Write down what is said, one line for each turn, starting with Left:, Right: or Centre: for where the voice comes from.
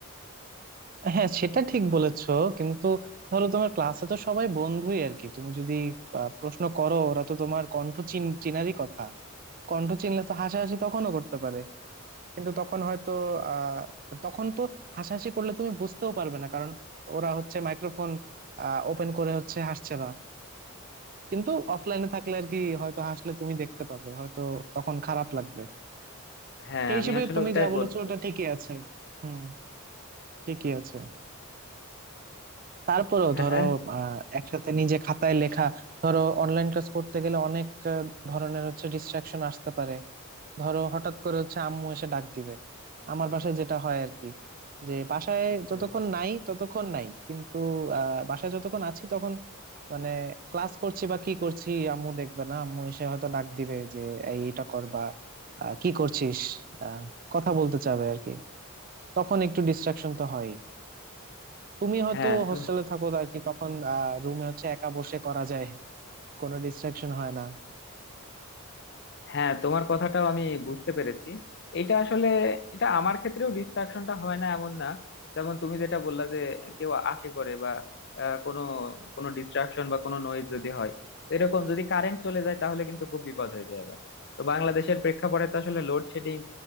Right: হ্যাঁ সেটা ঠিক বলেছো কিন্তু ধরো তোমার ক্লাসে তো সবাই বন্ধুই আর কি তুমি যদি আহ, প্রশ্ন করো ওরা তো তোমার কণ্ঠ চিন চিনারই কথা কণ্ঠ চিনলে তো হাসাহাসি তখনও করতে পারে কিন্তু তখন হয়তো আহ তখন তো হাসাহাসি করলে তুমি বুঝতেও পারবে না কারণ ওরা হচ্ছে মাইক্রোফোন ওপেন করে হচ্ছে হাসছে না কিন্তু অফলাইনে থাকলে আর কি হয়তো হাসলে তুমি দেখতে পাবে হয়তো তখন খারাপ লাগবে
Left: হ্যাঁ
Right: সেই
Left: আমি
Right: হিসেবে
Left: আসলে
Right: তুমি
Left: ওটাই
Right: যা বলেছো
Left: বলতে
Right: ওটা
Left: চাচ্ছি
Right: ঠিকই আছে হুম ঠিকই আছে তারপরেও
Left: হ্যাঁ
Right: ধরো আহ একসাথে নিজে খাতায় লেখা ধরো অনলাইন ক্লাস করতে গেলে অনেক আহ, ধরনের হচ্ছে ডিস্ট্রাকশন আসতে পারে ধরো হঠাৎ করে হচ্ছে আম্মু এসে ডাক দিবে আমার বাসায় যেটা হয় আর কি যে বাসায়
Left: বুঝতে
Right: যতক্ষণ
Left: পেরেছি
Right: নাই ততক্ষণ নাই কিন্তু আহ বাসায় যতক্ষণ আছি তখন মানে ক্লাস করছি বা কি করছি আম্মু দেখবে না আম্মু এসে হয়তো ডাক দিবে যে এই এটা কর বা আহ, কি করছিস আহ, কথা বলতে চাবে আর কি তখন একটু ডিস্ট্রাকশন তো হয় তুমি হয়তো
Left: হ্যাঁ তো
Right: হোস্টেলে থাকো আর কি তখন আহ রুমে হচ্ছে একা বসে করা যায় কোনো ডিস্ট্রাকশন হয় না
Left: হ্যাঁ তোমার কথাটাও আমি বুঝতে পেরেছি এটা আসলে এটা আমার ক্ষেত্রেও ডিস্ট্রাকশনটা হয় না এমন না যেমন তুমি যেটা বললা যে কেউ আসে পড়ে বা আহ, কোনো কোনো ডিস্ট্রাকশন বা কোনো নয়েজ যদি হয় তো এরকম যদি কারেন্ট চলে যায় তাহলে কিন্তু খুব বিপদ হয়ে যায় আবার তো বাংলাদেশের প্রেক্ষাপটে তো আসলে লোডশেডিং